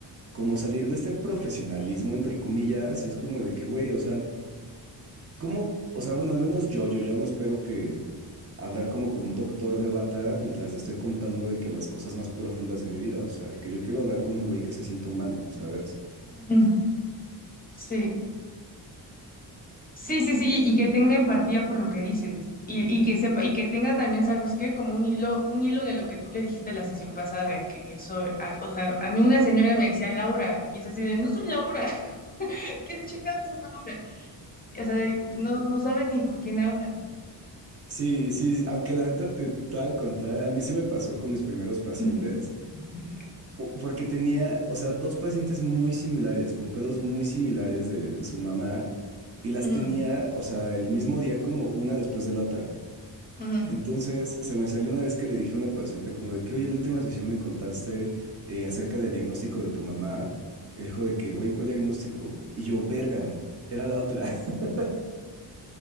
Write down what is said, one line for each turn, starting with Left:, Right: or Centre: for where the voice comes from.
Right: como salir de este profesionalismo, entre comillas, y es como de que, güey, o sea, ¿cómo? O sea, bueno, al menos yo, yo, yo no espero que hablar como con un doctor de bata mientras te estoy contando de que las cosas más profundas de mi vida, o sea, de que yo quiero hablar con un güey que se sienta humano, ¿sabes?
Left: ujú. Sí. Sí, sí, sí, y que tenga empatía por lo que dices y, y que sepa y que tenga también, ¿sabes qué? Como un hilo, un hilo de lo que tú le dijiste la sesión pasada, que eso, a- o sea, a mí una señora me decía Laura y es así de, no soy Laura, <laughs> ¿qué chingados es Laura? O sea, de- no, no sabe ni con quién habla, ¿no?
Right: Sí, sí, aunque la neta te, te voy a contar, a mí sí me pasó con mis primeros pacientes,
Left: <laughs>
Right: o- porque tenía, o sea, dos pacientes muy similares, con pedos muy similares de su mamá, y las
Left: Mm,
Right: tenía, o sea, el mismo día como una después de la otra.
Left: ujú.
Right: Entonces, se me salió una vez que le dije a una paciente como de que, oye, la última sesión me contaste eh, acerca del diagnóstico de tu mamá. Y dijo de que, güey, ¿cuál diagnóstico? Y yo, verga, era la otra. <laughs>